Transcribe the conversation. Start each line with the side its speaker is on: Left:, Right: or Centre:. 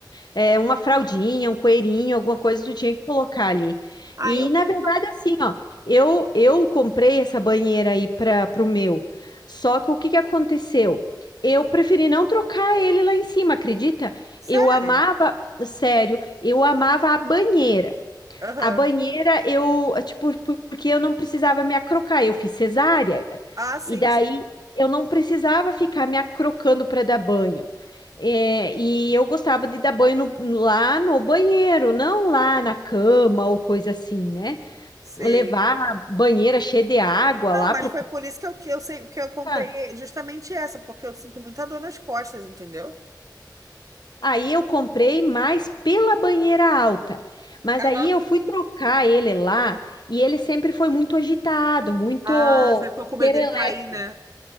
Left: É uma fraldinha, um coelhinho, alguma coisa tu tinha que colocar ali.
Right: Aí
Left: E
Right: eu
Left: na
Right: fui
Left: verdade,
Right: e falei,
Left: assim, ó, eu eu comprei essa banheira aí para pro meu. Só que o que que aconteceu? Eu preferi não trocar ele lá em cima, acredita?
Right: sério?
Left: Eu amava, sério, eu amava a banheira.
Right: Aham.
Left: A banheira, eu, tipo, por- porque eu não precisava me acrocar, eu fiz cesárea.
Right: Ah, sim,
Left: E daí
Right: sim.
Left: eu não precisava ficar me acrocando para dar banho. É, e eu gostava de dar banho no- lá no banheiro, não lá na cama ou coisa assim, né?
Right: Sei.
Left: Levar a banheira cheia de água
Right: Não,
Left: lá
Right: mas
Left: pro
Right: foi por isso que eu, que eu, sei- que eu comprei
Left: quarto.
Right: justamente essa, porque eu sinto muita dor nas costas, entendeu?
Left: Aí eu comprei mais pela banheira alta. Mas
Right: Aham.
Left: daí eu fui trocar ele lá e ele sempre foi muito agitado, muito
Right: Ah, você ficou com medo
Left: perelépico.
Right: dele cair, né?